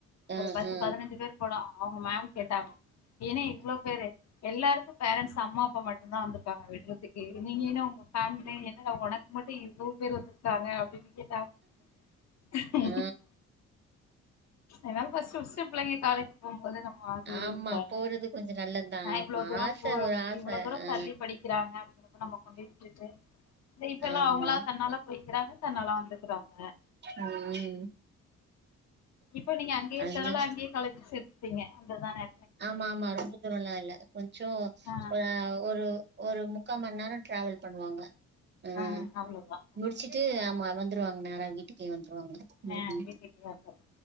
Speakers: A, on the right; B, on the left.
A: ஆ
B: ஒரு பத்து
A: ஆ
B: பதினஞ்சு பேர் போனோ அவுங்க மேம் கேட்டாங்க ஏன்னா இவ்ளோ பேரு எல்லாருக்கும் பேரண்ட்ஸ் அம்மா அப்பா மட்டுந்தா வந்திருக்காங்க விட்றதுக்கு நீங்க என்ன உங்க ஃபேம்லில என்னடா ஒனக்கு மட்டு இவ்ளோ பேர் வந்திருக்காங்க அப்டின்னு கேட்டா <inaudible>
A: ஆ
B: என்னால ஃபஸ்ட்டு ஃபஸ்ட்டு புள்ளைங்க காலேஜ் போம்போது நம்ம ஆறுதல்
A: ஆமா
B: தானே
A: போறது கொஞ்சோ நல்லதுதா
B: நா
A: ஆமா
B: இவ்ளோ தூரொ
A: ஆச
B: போ
A: ஒரு ஆச
B: இவ்ளோ தூரொ
A: ஆ
B: தள்ளி படிக்கிறாங்க அப்டிங்கற நம்ம கொண்டே விட்டுட்டு இப்ப எல்லா
A: ஆமா
B: அவுங்களா தன்னால போய்க்கிறாங்க தன்னால வந்துக்குறாங்க
A: ம்
B: இப்ப நீங்க அங்கேய
A: அதுதா
B: தங்னாலா அங்கேயே காலேஜ் சேத்துட்டீங்க அததானே
A: ஆமா ஆமா ரொம்ப தூரொல்லா இல்ல கொஞ்சோ
B: ஆ
A: ஒரு ஒரு ஒரு முக்கா மண் நேரொ ட்ராவல் பண்ணுவாங்க ம்
B: ஆ அவ்ளோதா
A: முடிச்சிட்டு ஆமா வந்துருவங்க நேரா வீட்டுக்கே வந்துருவாங்க ம்
B: அ வீட்டுக்கே வந்துருவாங்க